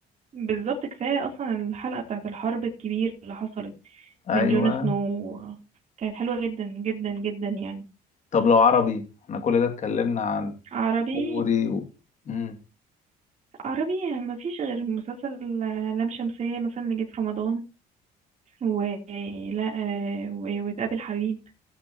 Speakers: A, on the right; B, on the left.
A: بالظبط كفايه اصلا الحلقه بتاعه الحرب الكبير اللي حصلت
B: أيوة
A: من جون سنو كانت حلوه جدا جدا جدا يعني
B: طب لو عربي إحنا كل ده اتكلمنا عن
A: عربي
B: كوري و... مم.
A: عربي ما فيش غير مسلسل لام شمسية مثلا اللي جه في رمضان و لا آه، و- وتقابل حبيب